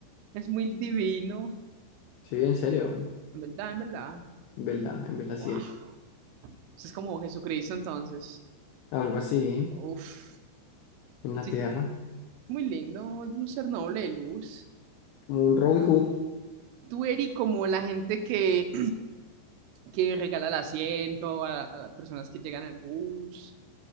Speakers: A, on the right; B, on the left.
A: Es muy divino.
B: Sí, en serio,
A: En verdad, en verdad.
B: en verdad, en verdad
A: Wow.
B: sí es.
A: Eso es como Jesucristo entonces.
B: Algo así,
A: Uf,
B: en la
A: sí,
B: tierra,
A: muy lindo, un ser noble de luz.
B: como un Robin Hood.
A: Tú eres como la gente que, <clears throat> que regala el asiento a, a las personas que llegan al bus,